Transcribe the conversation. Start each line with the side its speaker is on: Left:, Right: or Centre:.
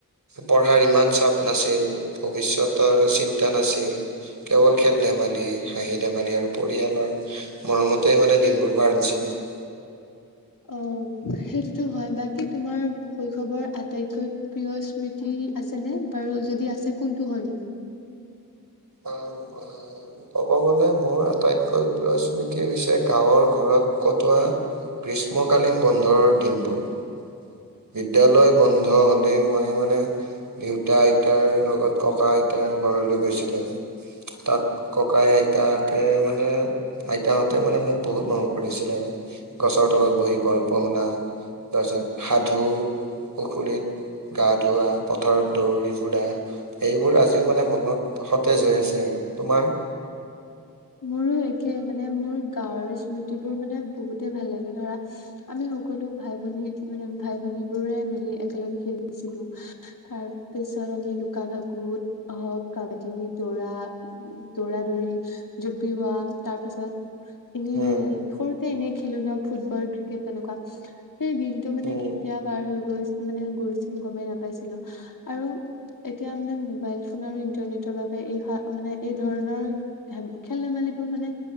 Right: পঢ়াৰ ইমান চাপ নাছিল। ভৱিষ্যতৰ চিন্ তা নাছিল। কেৱল খেল-ধেমালি, হাঁহি-ধেমালি আৰু পৰিয়ালৰ মৰমতেই মানে দিনবোৰ পাৰ হৈছিল আৰু!
Left: অ', সেইটোতো হয়। বাকী, তোমাৰ শৈশৱৰ আ আটাইতকৈ প্ৰিয় স্মৃতি আছেনে? বাৰু যদি আছে, কোনটো হয়নো?
Right: অ', অ',। ক'ব গলে মোৰ আটাইতকৈ প্ৰিয় স্মৃতি হৈছে গাঁৱৰ ঘৰত কটোৱা গ্ৰীষ্মকালীন বন্ধৰ দিনবোৰ। বিদ্যয়ালয় বন্ধ হলে মই মানে দেউতা আইতাৰ লগত ককা আইতাৰ ঘৰলৈ গৈছিলো। তাক ককাই আইতাকে মানে আইতাহঁতে মানে মোক বহুত মৰম কৰিছিল আৰু গছৰ তলত বহি গল্প শুনা তাৰপিছত সাধু পুখুৰীত গা ধোৱা পথাৰত দৌৰি ফুৰা এইবোৰ আজিও মানে মনত সতেজ হৈ আছে আৰু তোমাৰ
Left: মোৰো একে মানে মোৰ গাঁৱৰ স্মৃতিবোৰ মানে বহুতে ভাল লাগে ধৰা আমি সকলো ভাই ভনী মানে ভাই ভনীবোৰে মিলি একেলগে খেলিছিলো তাৰপিছত আমি লুকা ভাকুত হক কাবাডী দৌৰা দৌৰা দৌৰি জুপিওৱা তাৰ পিছত এনেই
Right: উম
Left: সৰু এনে খেলো ন ফুটবল ক্ৰিকেট তেনেকুৱা সেই দিনটো মানে
Right: উম
Left: কেতিয়া পাৰ হৈ গৈ মানে গৈছিল গমেই নাপাইছিলো আৰু এতিয়া মানে মোবাইল ফোন আৰু ইন্টাৰনেটৰ বাবে এই মানে এই ধৰণৰ খেল ধেমালিবোৰ মানে